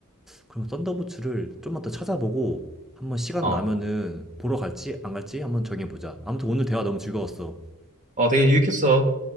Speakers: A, in the centre; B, on the right.
A: 그럼 썬더부츠를 좀만 더 찾아보고 한번 시간
B: 어,
A: 나면은 보러 갈지 안 갈지 한번 정해보자. 아무튼 오늘 대화 너무 즐거웠어.
B: 어, 되게 유익했어.